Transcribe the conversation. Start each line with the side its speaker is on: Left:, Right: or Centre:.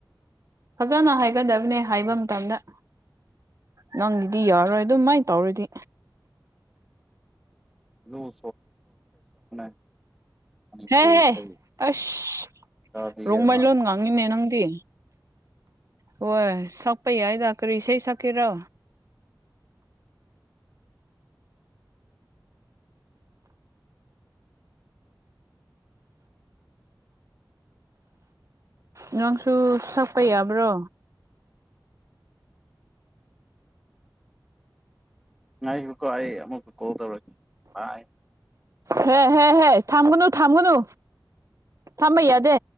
Right: ꯐꯖꯅ ꯍꯥꯏꯒꯗꯕꯅꯦ ꯍꯥꯏꯕ ꯃꯇꯝꯗ ꯅꯪꯒꯤꯗꯤ ꯌꯥꯔꯣꯏ ꯑꯗꯨꯃꯥꯏ ꯇꯧꯔꯗꯤ
Centre: ꯂꯨ <unintelligible> ꯃꯅꯤꯄꯨꯔꯤ
Right: ꯍꯦꯍꯦ
Centre: ꯏꯁꯩ
Right: ꯑꯁ
Centre: ꯇꯥꯕꯤꯒꯦꯕ
Right: ꯔꯣꯡꯃꯩ ꯂꯣꯟ ꯉꯥꯡꯉꯤꯅꯦ ꯅꯪꯗꯤ ꯍꯣꯏ ꯁꯛꯄ ꯌꯥꯏꯗ ꯀꯔꯤ ꯏꯁꯩ ꯁꯛꯀꯦꯔꯣ ꯅꯪꯁꯨ ꯁꯛꯄ ꯌꯥꯕ꯭ꯔꯣ
Centre: ꯉꯥꯏꯌꯨꯀꯣ ꯑꯩ ꯑꯃꯨꯛ ꯀꯣꯜ ꯇꯧꯔꯛꯀꯦ ꯚꯥꯏ
Right: ꯍꯦ ꯍꯦ ꯍꯦ ꯊꯝꯒꯅꯨ ꯊꯝꯒꯅꯨ ꯊꯝꯕ ꯌꯥꯗꯦ